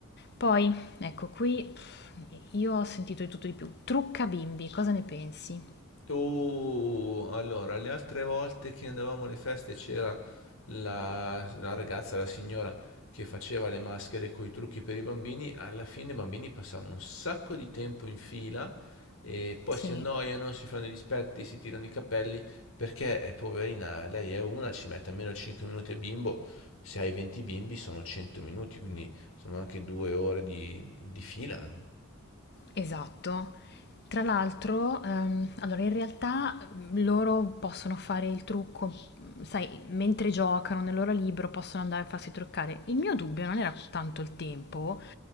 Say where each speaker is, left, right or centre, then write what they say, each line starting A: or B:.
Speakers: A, on the left; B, on the left.
A: Poi, ecco qui, pff, io ho sentito di tutto e di più. Trucca bimbi, cosa ne pensi?
B: Uh, allora, le altre volte che andavamo alle feste c'era la, la ragazza, la signora che faceva le maschere con i trucchi per i bambini. Alla fine i bambini passavano un sacco di tempo in fila e poi
A: Sì.
B: si annoiano, si fanno i dispetti, si tirano i capelli perché è poverina, lei è una, ci mette almeno 5 minuti a bimbo. Se hai 20 bimbi sono 100 minuti, quindi sono anche due ore di, di fila.
A: Esatto. Tra l'altro, ehm, allora in realtà mh, loro possono fare il trucco, mh, sai, mentre giocano nel loro libro possono andare a farsi truccare. Il mio dubbio non era tanto il tempo,